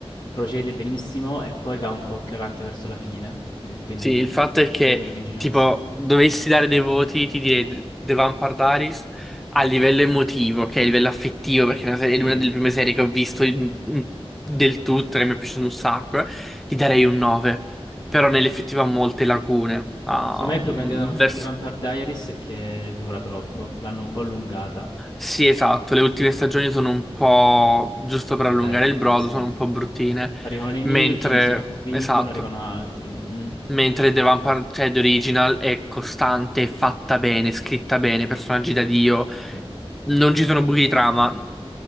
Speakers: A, on the left (about 45°); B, in the centre.
A: procede benissimo e poi va un po' calante verso la fine. E quindi
B: Sì, il fatto è che,
A: scelgo The Originals.
B: tipo, dovessi dare dei voti, ti direi The Vampire Diaries a livello emotivo, che è a livello affettivo, perché è una serie-
A: Sì.
B: è una
A: eh.
B: delle prime serie che ho visto in- in- del tutto, che mi è piaciuto un sacco, eh, gli darei un 9. Però nell'effettivo ha molte lacune. ha
A: Secondo me il problema
B: un-
A: di
B: verso...
A: The Vampire Diaries è che dura troppo, l'hanno un po' allungata.
B: Sì, esatto, le ultime stagioni sono un po', giusto
A: Superflue,
B: per allungare il brodo,
A: sì.
B: sono un po' bruttine,
A: Arrivano i nemici,
B: mentre,
A: li sconfiggono,
B: esatto.
A: arrivano altri. Mm,
B: Mentre The Vampire, cioè The Original, è costante, fatta bene, scritta bene, personaggi da Dio.
A: sì.
B: Non ci sono buchi di trama.